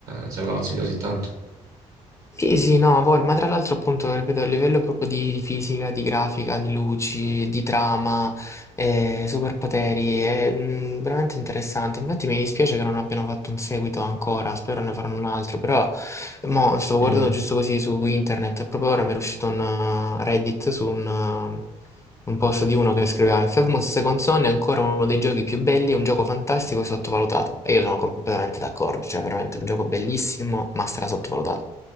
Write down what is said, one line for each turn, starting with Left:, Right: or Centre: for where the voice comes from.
Right: se me lo consiglio così tanto.
Left: Sì, sì, no, vol, ma tra l'altro appunto, ripeto, a livello proprio di, di fisica, di grafica, di luci, di trama, eh, superpoteri, è mm, veramente interessante. Infatti mi dispiace che non abbiano fatto un seguito ancora, spero ne faranno un altro, però mo, stavo guardando
Right: Mm.
Left: giusto così su internet, e proprio ora mi era uscito un uh, Reddit su un, uh, un post di uno che scriveva Infamous Second Son è ancora uno dei giochi più belli, è un gioco fantastico e sottovalutato. E io sono completamente d'accordo, cioè veramente è un gioco bellissimo, ma stra sottovalutato.